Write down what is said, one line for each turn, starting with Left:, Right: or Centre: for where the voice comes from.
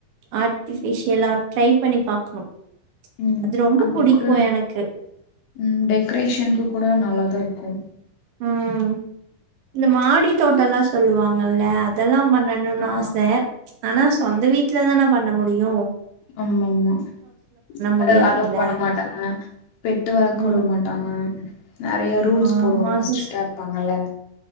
Right: ஆர்டிபிஷியலா ட்ரை பண்ணி பாக்கணு
Left: உம்
Right: அது ரொம்ப
Left: அப்டிகூட
Right: புடிக்கு எனக்கு
Left: உம் டெக்ரேஷனுக்கு கூட நல்லாதா இருக் கு
Right: உம் இந்த மாடி தோட்டல்லா சொல்லுவாங்கல்ல அதெல்லா பண் பண்ணனு
Left: ஆ
Right: ஆச ஆனா சொந்த வீட்டுலதான பண்ண முடியும் யு
Left: ஆமா ஆமா
Right: முடியாதுல்ல
Left: அத அலோ பண்ண மாட்டாங்க பெட்டு வளக்க
Right: ம்
Left: வுட மாட்டாங்க நறைய ரூல்ஸ்
Right: ஆமா
Left: போடுவாங்க
Right: சிஸ்
Left: ஸ்ட்ரிக்டா இருப்பாங்கல்ல